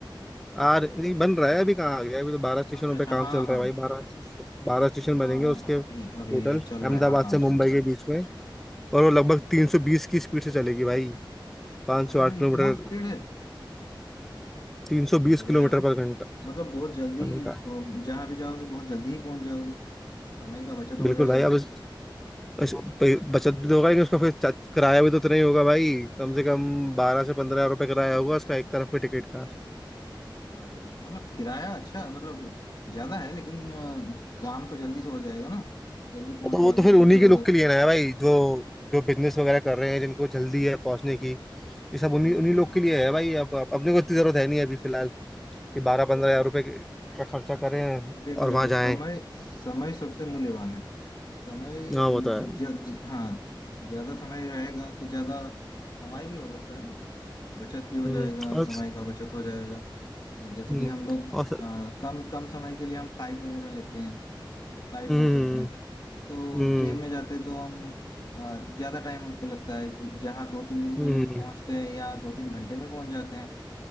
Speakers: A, in the centre; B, on the left.
A: आ रहे- नहीं बन रहा है अभी कहाँ आ गया अभी तो बारह स्टेशनों
B: अच्छा अच्छा
A: पे काम
B: हाँ
A: चल
B: हाँ
A: रहा है भाई बारह बारह स्टेशन बनेंगे
B: हाँ
A: उसके
B: अभी
A: टोटल
B: अभी चल
A: अहमदाबाद
B: रहा है हाँ काम
A: से
B: चल
A: मुंबई
B: रहा
A: के बीच में और वो लगभग तीन सौ बीस की स्पीड से चलेगी भाई पाँच
B: है अरे
A: सौ आठ
B: भाई
A: किलोमीटर
B: इतना स्पीड है
A: तीन सौ बीस
B: बढ़िया
A: किलोमीटर
B: है भाई
A: पर घंटा
B: मतलब बहुत जल्दी
A: पर घंटा
B: अ, जहाँ भी जाओगे बहुत जल्दी ही पहुंच जाओगे समय का बचत हो
A: बिल्कुल
B: जाएगा
A: भाई अब उस- प- बचत भी तो होगा लेकिन उसका फिर चा- किराया भी तो उतना ही होगा भाई कम से कम बारह से पंद्रह हजार रुपये किराया होगा उसका एक तरफ के टिकट का
B: अरे भाई मतलब किराया अच्छा मतलब ज्यादा है लेकिन अ, काम तो जल्दी से हो जाएगा ना जल्दी पहुंच
A: तो
B: जाओगे
A: वो तो फिर
B: इधर
A: उन्हीं
B: से
A: के
B: उधर
A: लोग के लिए ना है भाई जो जो बिजनेस वगैरह कर रहे हैं जिनको जल्दी है पहुंचने की ये सब
B: हाँ
A: उन्हीं
B: हाँ
A: उन्हीं लोग
B: हाँ
A: के लिए है भाई अब अब- अपने को इतनी जरूरत है नहीं अभी फिलहाल कि बारह पंद्रह हजार रुपये का खर्चा करें
B: देखो
A: और
B: देखो
A: वहां जाएं
B: समय समय सबसे मूल्यवान है समय
A: हाँ वो तो है
B: ज, ज, हाँ ज्यादा समय रहेगा तो ज्यादा कमाई भी हो सकता है बचत भी हो
A: हम्म,
B: जाएगा
A: और
B: समय का बचत हो जाएगा जैसे
A: हम्म
B: कि हम लोग
A: और
B: अ, कम कम समय के लिए हम फ्लाइट वगैरह लेते हैं फ्लाइट
A: हम्म
B: में चलते हैं तो
A: हम्म
B: ट्रेन में जाते हैं तो हम अ, ज्यादा टाइम हमको लगता है ज- जहाँ दो तीन दिन
A: हम्म
B: में पहुंचते हैं या दो तीन घंटे में पहुंच जाते हैं